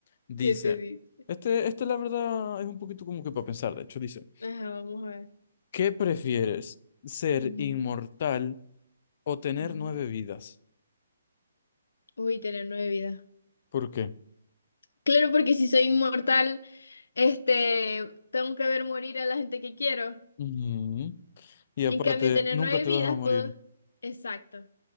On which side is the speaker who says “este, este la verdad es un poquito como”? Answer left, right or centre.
Left